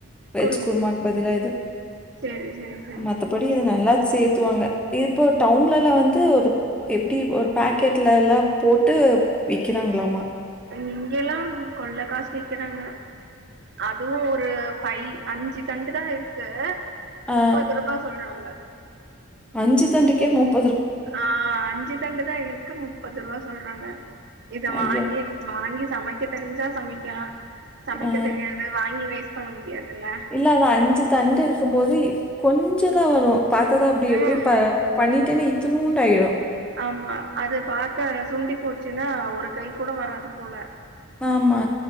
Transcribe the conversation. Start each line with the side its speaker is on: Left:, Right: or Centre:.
Centre: வெஜ்
Right: குருமா
Centre: குர்மாக்கு பதிலா இது
Right: சேரி சேரி சேரி
Centre: மத்தபடி இது நல்லா சேத்து வாங்க இப்போ டவுன்லல்லா வந்து ஒரு எப்டி ஒரு பாக்கெட்ல எல்லா போட்டு விக்கிறாங்களாமா
Right: இங்க எல்லா கொள்ள காசு விக்குறாங்க அதுவு ஒரு ஃபை அஞ்சு தண்டு தா இருக்கு
Centre: ஆ
Right: முப்பது ரூபா சொல்றாங்க
Centre: அஞ்சு தண்டுக்கே முப்
Right: ஆ அஞ்சு தண்டுதா இருக்கு முப்பது ரூபா சொல்றாங்க இத
Centre: ஐயோ!
Right: வாங்கியே வாங்கி சமைக்க தெரிஞ்சா சமைக்கலா சமைக்க
Centre: ஆ
Right: தெரியாது வாங்கி வேஸ்ட் பண்ண முடியாது இல்ல
Centre: இல்ல அவ அஞ்சு தண்டு இருக்கு போது கொஞ்சதா வரு பாத்தாதா அப்டி
Right: ம்
Centre: எப்டி பா பண்ணிட்டேனா இத்துனூண்டு ஆயிடு
Right: ஆமா அது பாக்க சுண்டி போச்சுன்னா ஒரு கை கூட வராது போல
Centre: ஆமா